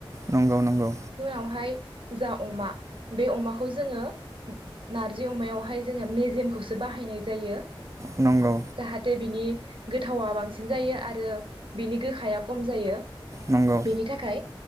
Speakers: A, on the right (about 30°); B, on the right (about 60°).
A: नंगौ नंगौ।
B: अहाय जाअमा बे अमाखौ जोङो नारजि अमायावहाय जोङो मेजेम म खौसो बाहायनाय जायो
A: नंगौ
B: जाहाथे बिनि गोथावा बांसिन जायो आरो बिनि गोखाया खम जायो
A: नंगौ
B: बेनि थाखाय।